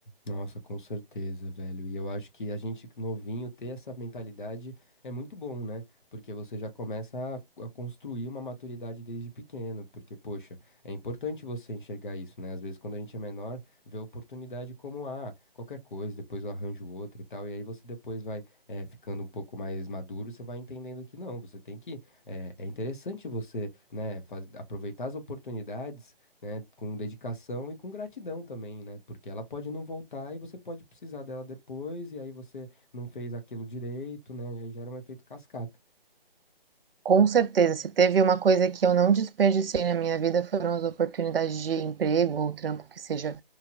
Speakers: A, on the left; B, on the right.
A: Nossa, com certeza, velho. E eu acho que a gente novinho ter essa mentalidade é muito bom, né? Porque você já começa a, a construir uma maturidade desde pequeno. Porque, poxa, é importante você enxergar isso, né? Às vezes, quando a gente é menor, vê a oportunidade como, ah, qualquer coisa, depois eu arranjo outra e tal. E aí você depois vai eh, ficando um pouco mais maduro, você vai entendendo que não, você tem que. eh, é interessante você, né, faz- aproveitar as oportunidades né, com dedicação e com gratidão também, né? Porque ela pode não voltar e você pode precisar dela depois, e aí você não fez aquilo direito, né? E aí gera um efeito cascata.
B: Com certeza, se teve uma coisa que eu não desperdicei na minha vida foram as oportunidades de emprego ou trampo que seja